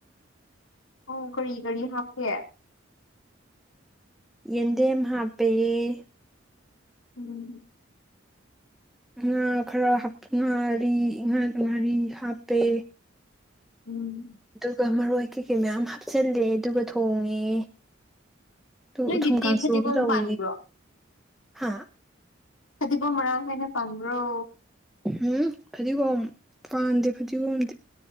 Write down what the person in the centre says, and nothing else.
ꯌꯦꯗꯦꯝꯦꯝ ꯍꯥꯞꯄꯦꯌꯦ
ꯉꯥ ꯈꯔ ꯍꯥꯞ ꯉꯔꯤ ꯉꯥ ꯉꯥꯔꯤ ꯍꯥꯞꯄꯦ
ꯑꯗꯨꯒ ꯃꯔꯣꯏ ꯀꯩꯀꯩ ꯃꯌꯥꯝ ꯍꯥꯞꯆꯤꯜꯂꯦ ꯑꯗꯨꯒ ꯊꯣꯡꯉꯦ ꯇꯨ
ꯎꯊꯨꯝ ꯀꯥꯡꯁꯨ
ꯑꯃ ꯇꯧꯏ
ꯍꯥ
ꯎꯝ ꯐꯗꯤꯒꯣꯝ ꯄꯥꯟꯗꯦ ꯐꯗꯤꯒꯣꯝꯗꯤ